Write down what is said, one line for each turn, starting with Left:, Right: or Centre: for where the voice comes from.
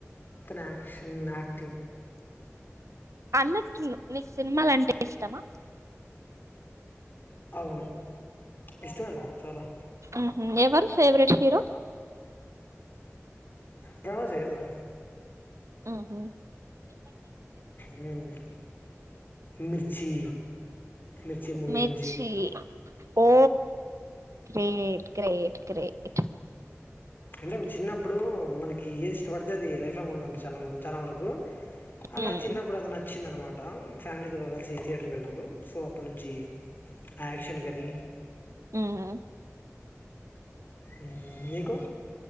Left: తన యాక్షన్ యాక్టింగ్
Right: అన్నట్టు నీకు సినిమాలంటే ఇష్టమా
Left: అవును ఇష్టమే నాకు చాలా
Right: ఉహూ ఎవరు ఫేవరెట్ హీరో
Left: ప్రభాస్ ఏ కదా
Right: ఉహూ
Left: ఉమ్ మీ ర్చీ మిర్చి మూవి
Right: మిర్చి
Left: నుంచి
Right: ఓ గ్రేట్ గ్రేట్ గ్రేట్
Left: అంటే అప్పుడు చిన్నప్పుడు మనకి ఏది ఇష్టపడితే అది లైఫ్ లాంగ్ ఉంటదంట చాలా మ చాలా వరకు అలా
Right: ఉమ్
Left: నాకు చిన్నప్పుడు అది నచ్చింది అనమాట ఫ్యామిలీతో కలిసి థియేటర్ వెళ్ళినప్పుడు సో అప్పటి నుంచి యాక్షన్ కానీ
Right: ఉహూ
Left: ఉమ్ మీకు